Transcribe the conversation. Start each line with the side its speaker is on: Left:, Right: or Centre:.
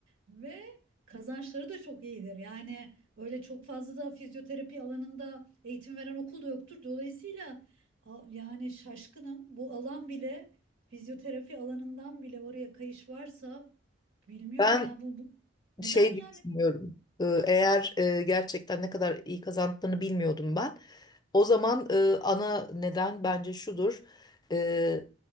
Right: Ve kazançları da çok iyidir. Yani öyle çok fazla da fizyoterapi alanında eğitim veren okul da yoktur. Dolayısıyla a- yani şaşkınım. Bu alan bile Fizyoterapi alanından bile oraya kayış varsa bilmiyorum
Left: Ben
Right: ya bu, bu neden
Left: şey
Right: yani
Left: düşünüyorum. Ee, Eğer e, gerçekten ne kadar iyi kazandıklarını bilmiyordum ben. O zaman e, ana neden bence şudur. E,